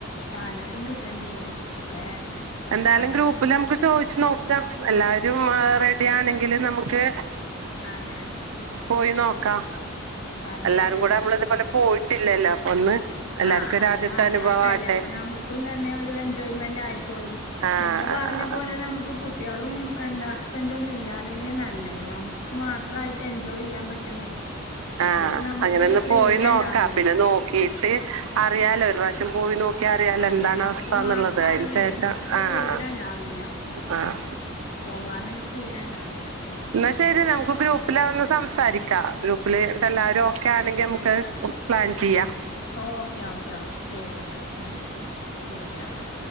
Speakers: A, on the left; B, on the right.
A: സാലറിയും കിട്ടേണ്ടി വരും ഒക്കെ
B: എന്തായാലും
A: സാലറി
B: ഗ്രൂപ്പില് നമുക്ക് ചോദിച്ചു നോക്കാം എല്ലാരും
A: ആ
B: റെഡിയാണെങ്കിൽ നമുക്ക്
A: അതെ അതെ
B: പോയി നോക്കാം
A: അതെ
B: എല്ലാരും
A: അതെ
B: കൂടെ നമ്മള് ഇതുപോലെ പോയിട്ടില്ലല്ലോ ഒന്ന് എല്ലാർക്കും
A: ആഹ്
B: ഒരു
A: അതെ
B: ആദ്യത്തെ
A: ആ ആദ്യായിട്ടല്ലേ
B: അനുഭവമാട്ടെ
A: അപ്പൊ ന <unintelligible> എൻജോയ്മെന്റ് ആയിക്കോളും
B: ആഹ്
A: നിങ്ങള് പറഞ്ഞ അത് പോലെ നമുക്ക് കുട്ടികളും എന്താ ഹസ്ബണ്ടൊന്നുല്ലാതെന്നെ നല്ലത് നമുക്ക് മാ യിട്ട് എൻജോയ് ചെയ്യാൻ പറ്റുന്നേ. മറ്റേത്
B: ആഹ്
A: നമുക്കൊരു
B: അങ്ങനൊന്ന്
A: ഫ്രീഡം
B: പോയി നോക്കാം.
A: ഉണ്ടാവില്ല
B: പിന്നെ നോക്കിട്ട് അറിയാലോ ഒരു പ്രാവശ്യം പോയി ക്ക് അറിയാല
A: അതെ
B: എന്താണ്
A: അവർ
B: അവസ്ഥന്ന്
A: മാത്രമാണെങ്കിലേ
B: ള്ളത് അതിന് ശേഷം
A: നമുക്ക്
B: ആഹ്
A: ഫ്രീഡം ഉണ്ടാവില്ല
B: ആഹ്.
A: പോവാനൊരു ഫ്രീഡം ഇണ്ടാവില്ല മ്മ്.
B: എന്നാ ശരി നമുക്ക് ഗ്രൂപ്പിലാ ഒന്ന് സംസാരിക്കാം. ഗ്രൂപ്പില് എല്ലാവരും ഓക്കെയാണെങ്കി നമുക്ക്ത് പ്ലാൻ ചെയ്യാം.
A: ഓക്കേ ഓക്കേ ഓക്കേ ശരി എന്നാ മ്മ് ശരി ഓക്കെ.